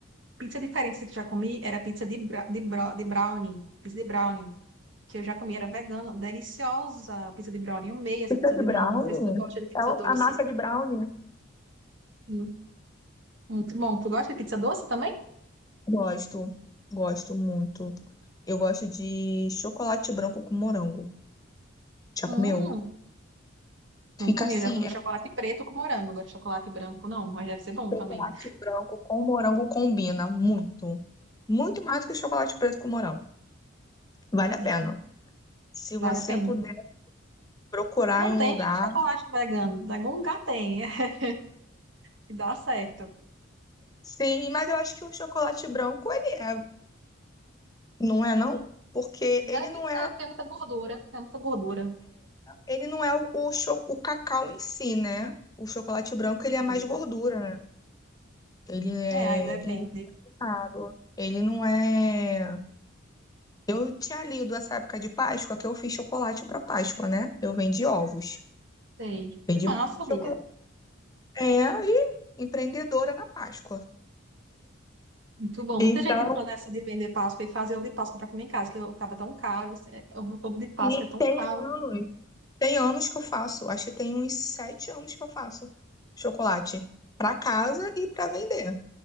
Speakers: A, on the right; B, on the left.
A: pizza diferente que eu já comi era pizza de, bra... de, bro... de brownie, pizza de brownie. que eu já comi, era vegana, deliciosa, pizza de brownie, amei essa
B: Pizza
A: pizza
B: de
A: de brownie,
B: brownie.
A: não sei se tu gosta de pizza
B: É o-
A: doce.
B: a massa de brownie.
A: Sim. Muito bom, tu gosta de pizza doce também?
B: Gosto, gosto muito. Eu gosto de chocolate branco com morango. Já
A: Hum,
B: comeu?
A: não
B: Fica
A: comi,
B: assim,
A: eu já comi
B: é
A: chocolate
B: que
A: preto com morango, agora chocolate branco não, mas deve ser bom
B: chocolate
A: também.
B: branco com morango combina muito. Muito mais do que chocolate preto com morango. Vale a
A: Muito.
B: pena. Se
A: Vale
B: você
A: a pena.
B: puder procurar
A: Não
B: em
A: tem
B: um lugar.
A: chocolate vegano, em algum lugar tem, <laughs> e dá certo.
B: Sim, mas eu acho que o chocolate branco, ele é, não é não? Porque
A: Deve
B: ele não
A: ser,
B: é,
A: porque é muita gordura, é muita gordura.
B: ele não é o, o, cho- o cacau em si, né? O chocolate branco, ele é mais
A: Hum.
B: gordura, né? Ele é
A: É, aí depende.
B: Claro. Ele não é. Eu tinha lido essa época de Páscoa que eu fiz chocolate para Páscoa, né? Eu vendi ovos.
A: Sei.
B: Vendi
A: Que massa,
B: chocolate.
A: amiga.
B: É, e empreendedora na Páscoa.
A: Muito bom.
B: Então,
A: Muita gente entrou nessa de vender Páscoa e fazer ovo de Páscoa para comer em casa, que eu tava tão caro. esse- é, Ovo ovo de Páscoa
B: e
A: é tão
B: tem
A: caro.
B: anos. Tem anos que eu faço. Acho que tem uns sete anos que eu faço chocolate para casa e para vender,